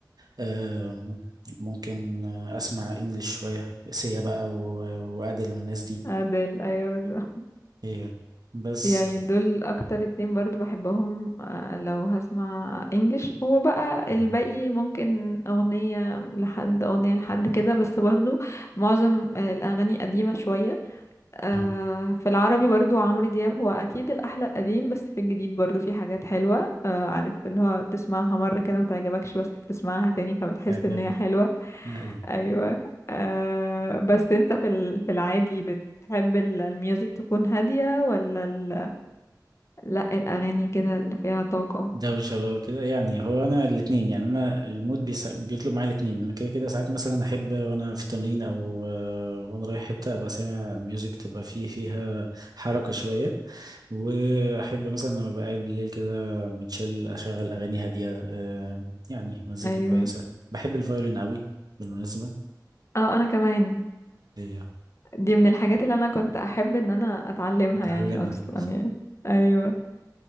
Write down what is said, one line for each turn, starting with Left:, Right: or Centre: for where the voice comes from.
Right: آه، ممكن آه، اسمع انجليش شويه سيا بقى و- وادل والناس دي
Left: ادل ايوه بالظبط.
Right: هي بس
Left: يعني دول اكتر اتنين برضو بحبهم آه، لو هسمع انجلش هو بقى
Right: آه،
Left: الباقي ممكن اغنية لحد اغنية لحد كده بس برضو معظم الاغاني قديمة شوية آه،
Right: آه،
Left: في العربي برضو عمرو دياب هو اكيد الاحلى القديم بس في الجديد برضو في حاجات حلوه آه، عارف اللي هو تسمعها مره كده ما تعجبكش بس بتسمعها تاني فبتحس
Right: حاجه
Left: ان هي حلوه
Right: أيوة.
Left: ايوه أه بس انت في ال- في العادي بتحب ال- الميوزك تكون هاديه ولا ال... لا الاغاني كده اللي فيها طاقه
Right: دوشة بقى وكده يعني هو أنا الاتنين يعني أنا المود بيسا... بيطلب معايا الاتنين أنا كده كده ساعات مثلا أحب وأنا في التمرين أو آه، وأنا رايح حتة أبقى سامع الميوزك تبقى فيه فيها حركة شوية وأحب مثلا لما أبقى قاعد بالليل كده متشل أشغل أغاني هادية آه، يعني مزيكا
Left: ايوه
Right: كويسة بحب الفيولين قوي بالمناسبة
Left: اه انا كمان
Right: إيه،
Left: دي من الحاجات اللي انا كنت احب ان انا اتعلمها
Right: أتعلمها
Left: يعني اصلا يعني ايوه